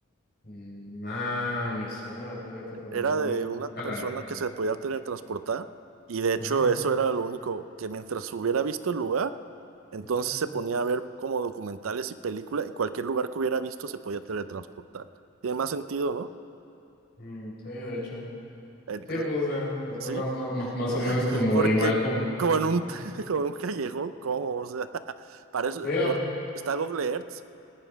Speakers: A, on the left; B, on the right.
A: mm, ah, me suena, fíjate, pero
B: Era
A: no,
B: de
A: nu-
B: una
A: nunca
B: persona
A: la vi.
B: que se podía teletransportar. Y de hecho,
A: Ajá.
B: eso era lo único que mientras hubiera visto el lugar, entonces
A: ujú.
B: se ponía a ver como documentales y películas. Y cualquier lugar que hubiera visto se podía teletransportar. Tiene más sentido, ¿no?
A: Mm, sí, de hecho.
B: Entonces,
A: Sí, pues o sea, más,
B: sí.
A: más, más, más más o menos
B: <laughs>
A: como
B: Porque
A: igual como.
B: como en un,
A: Ajá.
B: <laughs> como en un callejón, ¿cómo? O sea, <laughs> para eso
A: Sí, o-
B: lo- está Google Earth.